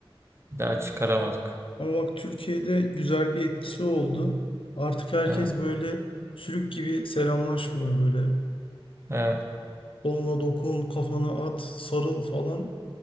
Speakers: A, on the right; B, on the left.
A: Bir daha çıkaramadık.
B: Ama bak Türkiye'de güzel bir etkisi oldu. Artık herkes
A: Evet.
B: böyle sülük gibi selamlaşmıyor. Böyle
A: Evet.
B: koluna dokun, kafana at, sarıl falan.